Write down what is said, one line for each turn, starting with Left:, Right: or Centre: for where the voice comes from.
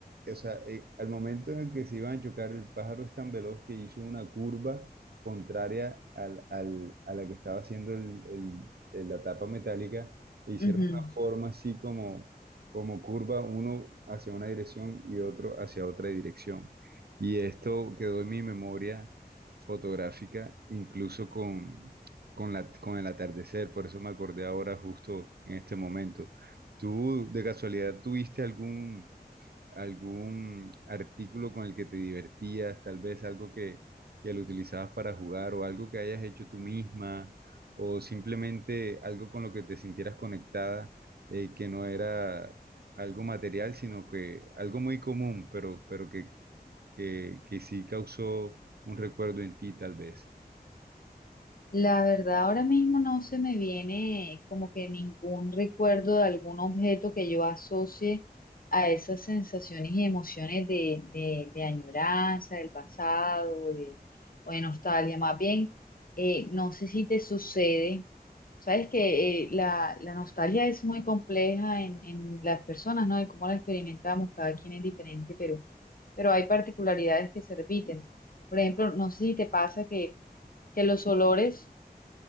Right: o sea, eh, al momento en el que se iban a chocar, el pájaro es tan veloz que hizo una curva contraria al- al- a la que estaba haciendo el- el- el- la tapa metálica, e hicieron
Left: ujú.
Right: una forma así como, como curva, uno hacia una dirección y otro hacia otra dirección. Y esto quedó en mi memoria fotográfica, incluso con, con la, con el atardecer, por eso me acordé ahora justo en este momento. ¿Tú de casualidad tuviste algún, algún artículo con el que te divertías, tal vez algo que, que lo utilizabas para jugar o algo que hayas hecho tú misma o simplemente algo con lo que te sintieras conectada, eh, que no era algo material, sino que algo muy común, pero, pero que que, que sí causó un recuerdo en ti, tal vez.
Left: La verdad, ahora mismo no se me viene como que ningún recuerdo de algún objeto que yo asocie a esas sensaciones y emociones de, de, de añoranza, del pasado, de, o de nostalgia. Más bien, eh, no sé si te sucede, sabes que eh, la, la nostalgia es muy compleja en, en las personas, ¿no? De cómo la experimentamos, cada quien es diferente, pero, pero hay particularidades que se repiten. Por ejemplo, no sé si te pasa que, que los olores